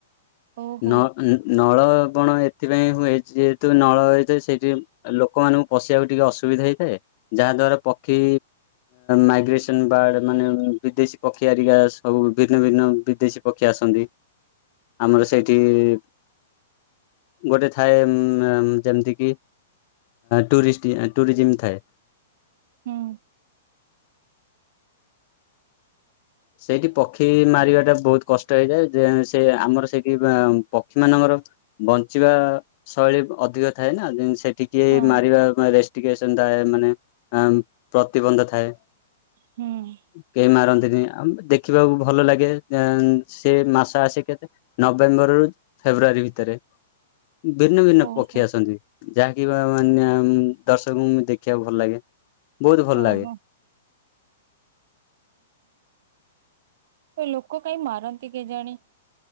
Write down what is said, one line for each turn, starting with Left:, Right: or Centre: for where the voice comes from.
Right: ଓହୋ
Left: ନ ନଳବଣ ଏଥିପାଇଁ ହୁଏ ଯେହେତୁ ନଳତ ସେଇଠି ଲୋକମାନାନଙ୍କୁ ପଶିବାକୁ ଟିକେ ଅସୁବିଧା ହେଇଥାଏ ଯାହା ଦ୍ଵାରା ପକ୍ଷୀ ମାଇଗ୍ରେସନ ବାର୍ଡ ମାନେ ବିଦେଶୀ ପକ୍ଷୀ ଆରିକା ସବୁ ଭିନ୍ନ ଭିନ୍ନ ବିଦେଶୀ ପକ୍ଷୀ ଆସନ୍ତି ଆମର ସେଇଠ <unintelligible> ଗୋଟେ ଥାଏ ଯେମିତି କିି ଟୁରିଷ୍ଟ ଟୁରିଜିମ ଥାଏ।
Right: ହୁଁ।
Left: ସେଇଠି ପକ୍ଷୀ ମାରିବାଟା ବହୁତ କଷ୍ଟ ହେଇଯାଏ ଯେ ସେ ଆମର ସେଇଠି ପକ୍ଷୀ ମାନଙ୍କର ବଞ୍ଚିବା ଶୈଳୀ ଅଧିକ। ଥାଏ ନା ସେଠିକି
Right: ହଁ
Left: ମାରିବା ରେଷ୍ଟ୍ରିକେସନ ଥାଏ ମାନେ ପ୍ରତିବନ୍ଧ ଥାଏ
Right: ହୁଁ
Left: କେହି ମାରନ୍ତିନି। ଆ ଦେଖିବାକୁ ଭଲ ଲାଗେ ସେ ମାସ ଆସେ କେତେ ନଭେମ୍ବରରୁ ଫେବୃଆାରୀ ଭିତରେ ଭିନ୍ନ ଭିନ୍ନ
Right: ଓହୋ।
Left: ପକ୍ଷୀ ଆସନ୍ତି। ଯାହାକି ଉଁ ମାନ ମାନେ ଦର୍ଶକଙ୍କୁ ଦେଖିବାକୁ ଭଲ ଲାଗେ ବହୁତ ଭଲ
Right: ଓହୋ
Left: ଲାଗେ।
Right: <unintelligible> ହୋ ଲୋକ କାଇଁ ମାରନ୍ତି କେଜାଣି?